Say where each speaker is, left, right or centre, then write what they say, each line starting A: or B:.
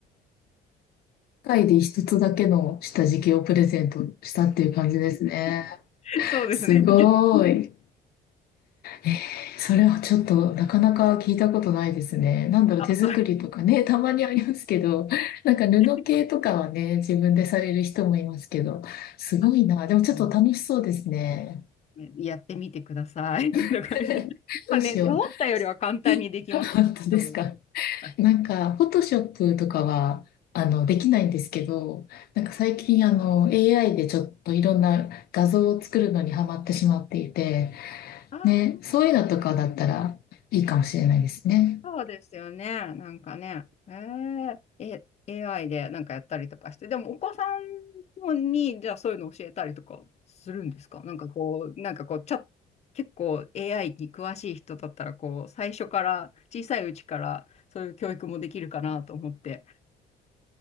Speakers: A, on the left (about 65°); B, on the left (about 40°).
A: 世界で一つだけの下敷きをプレゼントしたっていう感じですね。
B: <laughs> そうですね。
A: すごい。えーそれはちょっとなかなか聞いたことないですね。なんだろう、
B: あ、
A: 手作りとかね、
B: それ
A: たまにありますけど、なんか布系とかはね、
B: <laughs>、
A: 自分でされる人もいますけど、すごいな。
B: あ、
A: でもちょっと楽しそうですね。
B: うんねやってみてください。<laughs> とか言ってまあね、
A: <laughs> どうしよう。
B: 思ったよりは簡単にできました。
A: <laughs> 本当ですか。
B: 多分。はい
A: なんか、フォトショップとかは、あの、できないんですけど、なんか最近、あの、AI でちょっといろんな画像を作るのにハマってしまっていて、
B: あー
A: ね、そういうのとかだったらいいかもしれないですね。
B: そうですよね。なんかね。えー、え、AI でなんかやったりとかして。でも、お子さんに、じゃあそういうの教えたりとかするんですかなんかこう、なんかこう、ちゃ、結構 AI に詳しい人だったら、こう、最初から、小さいうちから、そういう教育もできるかなと思って。